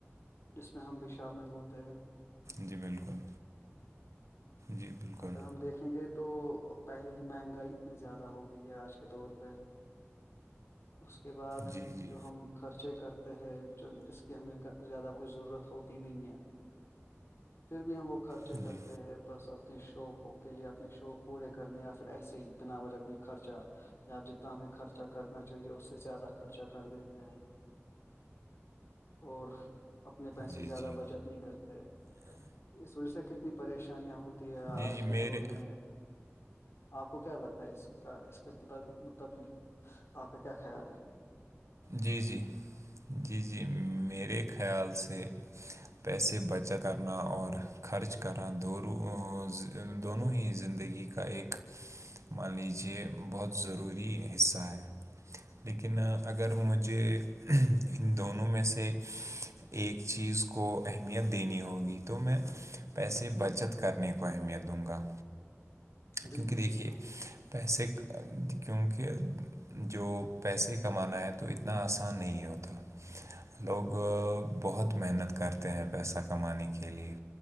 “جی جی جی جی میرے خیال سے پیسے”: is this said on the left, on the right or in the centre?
Right